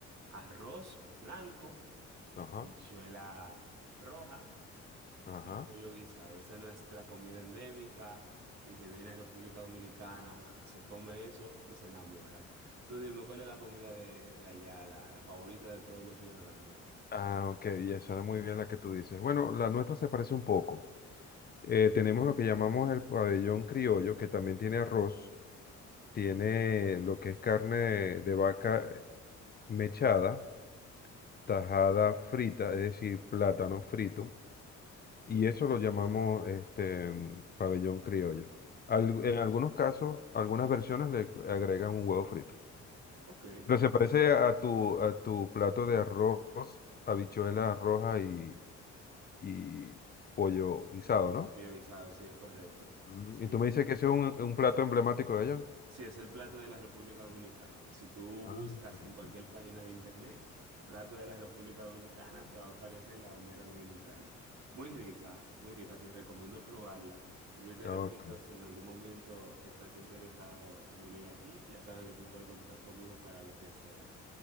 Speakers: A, on the right (about 65°); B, on the left (about 30°).
A: arroz blanco
B: Ajá,
A: habichuela roja
B: ajá.
A: y pollo guisado. Esa es nuestra comida endémica. El que viene a República Dominicana se come eso y se enamora. Tú dime, ¿cuál es la comida de, de allá, la, la favorita de todos los ciudadanos?
B: Ah, ok, ya suena muy bien la que tú dices. Bueno, la nuestra se parece un poco. Eh, tenemos lo que llamamos el pabellón criollo, que también tiene arroz, tiene lo que es carne de, de vaca eh, mechada, tajada frita, es decir, plátano frito, y
A: Ok,
B: eso lo llamamos este mm, pabellón criollo. Al-
A: ok,
B: en algunos casos, algunas versiones le agregan un huevo frito.
A: ok,
B: Pero
A: ok.
B: se parece a tu, a tu plato de arroz, habichuela roja y, y pollo guisado, ¿no?
A: Pollo guisado, sí, es correcto.
B: Mm,
A: Sí,
B: Y tú me dices que ese es un, un plato emblemático de allá.
A: Sí, es el plato de la República Dominicana. Si tú
B: Ah,
A: buscas
B: interesante.
A: en cualquier página de internet, plato de la República Dominicana, te va a aparecer la bandera dominicana. Muy rica, muy rica, te recomiendo probarla. Vuelvo y te
B: Ok.
A: repito, si en algún momento estás interesado en venir aquí, ya sabes que tú puedes contar conmigo para lo que sea.